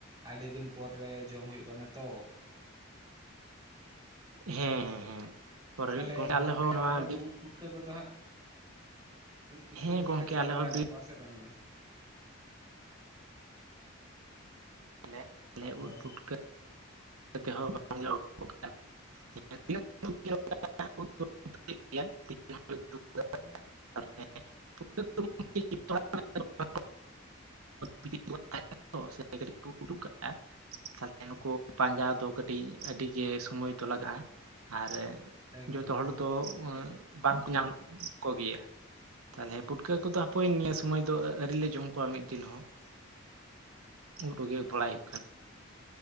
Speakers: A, on the right (about 20°); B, on the right (about 80°).
A: ᱟᱹᱰᱤ ᱫᱤᱱ ᱯᱚᱨ ᱨᱮ ᱡᱚᱢ ᱦᱩᱭᱩᱜ ᱠᱟᱱᱟ ᱛᱚ
B: ᱦᱮᱸ ᱦᱮᱸ ᱛᱟᱯᱚᱨᱮ
A: ᱛᱟᱦᱞᱮ
B: ᱜᱚᱝᱠᱮ
A: ᱜᱚᱢᱠᱮ
B: ᱟᱞᱮ ᱦᱚᱸ
A: ᱦᱟᱸᱜ
B: ᱱᱚᱣᱟ
A: ᱟᱯᱮ ᱫᱚ ᱩᱫ ᱯᱩᱴᱠᱟᱹ ᱠᱚ ᱫᱚ ᱦᱟᱸᱜ ᱩᱫ ᱯᱩᱴᱠᱟᱹ
B: ᱦᱮᱸ
A: ᱠᱚ
B: ᱜᱚᱝᱠᱮ
A: ᱫᱚ ᱯᱮ ᱡᱚᱢ
B: ᱟᱞᱮ
A: ᱵᱟᱲᱟ
B: ᱦᱚᱸ
A: ᱟᱠᱟᱫ
B: ᱵᱤᱨ
A: ᱠᱚᱣᱟ ᱥᱮ ᱵᱟᱝ ᱜᱮ
B: ᱟᱞᱮ ᱟᱞᱮ
A: ᱦᱳᱭ
B: ᱩᱫ ᱯᱩᱴᱠᱟᱹ ᱛᱮᱦᱚᱸ <unintelligible>
A: <inaudible>
B: <unintelligible> <unintelligible> <inaudible> <inaudible> ᱥᱮ ᱠᱟᱹᱴᱤᱡ ᱠᱚ ᱩᱰᱩᱠ ᱠᱟᱜᱼᱟ ᱛᱟᱦᱚᱞᱮ ᱱᱩᱠᱩ ᱯᱟᱸᱡᱟ ᱫᱚ ᱠᱟᱹᱴᱤᱡ ᱟᱹᱰᱤ ᱜᱮ ᱥᱚᱢᱚᱭ ᱛᱚ ᱞᱟᱜᱟᱜᱼᱟ ᱟᱨ
A: ᱮᱠᱫᱚᱢ
B: ᱡᱚᱛᱚ
A: ᱮᱠᱫᱚᱢ
B: ᱦᱚᱲ ᱫᱚ ᱟᱸ ᱵᱟᱝᱠᱚ ᱧᱟᱢ ᱠᱚᱜᱮᱭᱟ ᱛᱟᱦᱚᱞᱮ ᱯᱩᱴᱠᱟᱹ ᱠᱚ ᱫᱚ ᱦᱟᱯᱮᱭ ᱱᱤᱭᱟᱹ ᱥᱚᱢᱚᱭ ᱫᱚ ᱟᱹᱣᱨᱤᱮ ᱡᱚᱢ ᱠᱚᱣᱟ ᱢᱤᱫ ᱫᱤᱱ ᱦᱚᱸ ᱾
A: <inaudible>
B: <inaudible> ᱜᱮ
A: ᱦᱳᱭ
B: ᱵᱟᱲᱟᱭ ᱦᱩᱭᱩᱜ ᱠᱷᱟᱱ ᱾